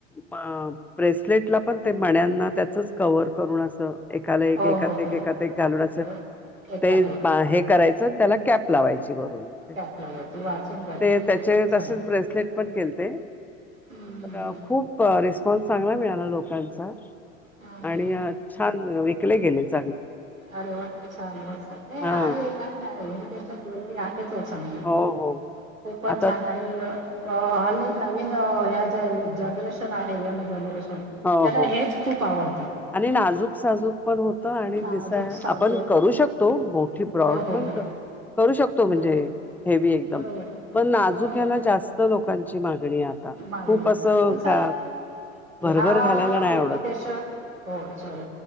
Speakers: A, in the centre; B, on the right.
A: ब-ब्रेसलेटला पण ते मन्यांना त्याचच कव्हर करून असं. एकाला एक
B: हो
A: एकात
B: हो
A: एक
B: हो
A: एकात एक घालूनचं असं
B: हो. एकात
A: ते
B: एक
A: हे करायचं त्याला कॅप. लावायचे. <unintelligible>
B: कॅप लावायची वाचून बर
A: ते त्याचेच
B: खूपच
A: तसेच
B: छान
A: ब्रेसलेट. केलते.
B: हम्म.
A: तर अ खूप रिस्क. <unintelligible> चांगला मिळाला लोकांचा
B: हा, हा.
A: आणि अ छान विक ले गेलेच..
B: अरे वा! छान मस्त नाही
A: हा
B: आहे काय नाही आहे <unintelligible> बोलूया.. हेचो चांगली
A: हो हो
B: खूपच
A: आता
B: छान आहे रे... अ हली नवीन अ ह्या ज्या-जनरेशन आहे यंग जनरेशन.
A: हो
B: त्याला
A: हो
B: हेच खूप आवडतं.
A: आणि नाजूक साजूक पण होतं. आणि
B: नाजूक
A: दिसाया
B: साजूक
A: आपण करू शकतो मोठी ब्रॉड
B: हो हो
A: पण
B: हो
A: करू शकतो म्हणजे
B: हो
A: हेवी एकदम
B: बरोबर.
A: पण नाजूक्याला
B: हो हो
A: जास्त लोकांची माग. नाही आता
B: मागणी
A: खूप असं
B: आणि कसं आहे,
A: अ भरभर
B: ह्या
A: घालायला नाही
B: इमिटेशन
A: आवडत.
B: हो चाल